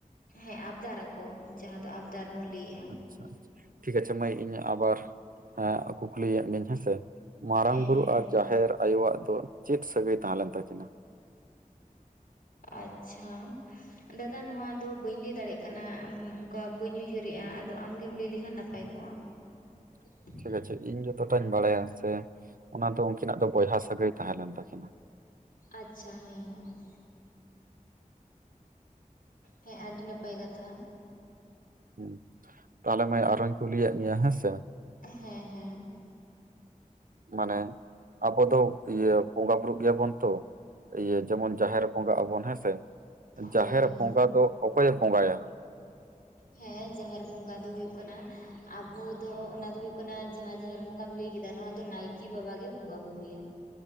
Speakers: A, on the left; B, on the right.
A: ᱦᱮᱸ ᱟᱵᱫᱟᱨ ᱟᱠᱚ ᱡᱟᱦᱟᱸ ᱫᱚ ᱟᱵᱫᱟᱨ ᱵᱚᱱ ᱞᱟᱹᱭ ᱮᱫ
B: ᱟᱪᱪᱷᱟ ᱟᱪᱷᱟ ᱴᱷᱤᱠ ᱟᱪᱷᱮ ᱢᱟᱹᱭ ᱤᱧ ᱟᱵᱟᱨ ᱦᱮᱸ ᱠᱩᱠᱞᱤᱭᱮᱫ ᱢᱮᱭᱟᱹᱧ ᱦᱮᱸ ᱥᱮ ᱢᱟᱨᱟᱝ
A: ᱦᱮᱸ
B: ᱵᱩᱨᱩ
A: ᱦᱮᱸ
B: ᱟᱨ ᱡᱟᱦᱮᱨ ᱟᱭᱳ ᱣᱟᱜ ᱫᱚ ᱪᱮᱫ ᱥᱟᱹᱜᱟᱹᱭ ᱛᱟᱦᱮᱸ ᱞᱮᱱ ᱛᱟᱹᱠᱤᱱᱟ?
A: ᱟᱪᱪᱷᱟ ᱫᱟᱫᱟ ᱱᱚᱶᱟ ᱫᱚ ᱵᱟᱹᱧ ᱞᱟᱹᱭ ᱫᱟᱲᱮᱭᱟᱜ ᱠᱟᱱᱟ ᱚᱱᱠᱟ ᱵᱟᱹᱧ ᱩᱭᱦᱟᱹᱨᱮᱫ-ᱟ ᱟᱫᱚ ᱟᱢᱜᱮᱢ ᱞᱟᱹᱭ ᱞᱮᱠᱷᱟᱱ ᱱᱟᱯᱟᱭ
B: <inaudible>
A: <inaudible>
B: ᱴᱷᱤᱠ ᱟᱪᱷᱮ ᱤᱧ ᱡᱚᱛᱚᱴᱟᱧ ᱵᱟᱲᱟᱭᱟ ᱥᱮ ᱚᱱᱟ ᱫᱚ ᱩᱱᱠᱤᱱᱟᱜ ᱫᱚ ᱵᱚᱭᱦᱟ ᱥᱟᱹᱜᱟᱹᱭ ᱛᱟᱦᱮᱸ ᱞᱮᱱ ᱛᱟᱹᱠᱤᱱᱟ
A: ᱟᱪᱪᱷᱟ ᱦᱮᱸ ᱦᱮᱸ ᱦᱮᱸ ᱟᱹᱰᱤ ᱱᱟᱯᱟᱭ ᱠᱟᱛᱷᱟ
B: ᱦᱮᱸ ᱛᱟᱦᱚᱞᱮ ᱢᱟᱹᱭ ᱟᱨᱦᱚᱸᱧ ᱠᱩᱞᱤᱭᱮᱫ ᱢᱮᱭᱟ ᱦᱮᱸ ᱥᱮ
A: ᱦᱮᱸ ᱦᱮᱸ
B: ᱢᱟᱱᱮ ᱟᱵᱚ ᱫᱚ ᱤᱭᱟᱹ ᱵᱚᱸᱜᱟ ᱵᱩᱨᱩᱜ ᱜᱮᱭᱟ ᱵᱚᱱ ᱛᱚ ᱤᱭᱟᱹ ᱡᱮᱢᱚᱱ ᱡᱟᱦᱮᱨ ᱵᱚᱸᱜᱟ ᱟᱵᱚᱱ ᱦᱮᱸᱥᱮ ᱡᱟᱦᱮᱨ
A: ᱦᱳᱭ ᱦᱳᱭ
B: ᱵᱚᱸᱜᱟ ᱫᱚ ᱚᱠᱚᱭᱮ ᱵᱚᱸᱜᱟᱭᱟ <inaudible>
A: ᱦᱮᱸ ᱡᱟᱦᱮᱨ ᱵᱚᱸᱜᱟ ᱫᱚ ᱦᱩᱭᱩᱜ ᱠᱟᱱᱟ ᱟᱵᱚ ᱫᱚ ᱚᱱᱟ ᱫᱚ ᱦᱩᱭᱩᱜ ᱠᱟᱱᱟ ᱡᱟᱦᱟᱸ ᱡᱟᱦᱮᱨ ᱵᱚᱸᱜᱟᱢ ᱞᱟᱹᱭ ᱠᱮᱫᱟ ᱱᱚᱶᱟ ᱫᱚ ᱱᱟᱭᱠᱮ ᱵᱟᱵᱟ ᱜᱮ ᱵᱚᱸᱜᱟ ᱵᱩᱨᱩᱭᱟ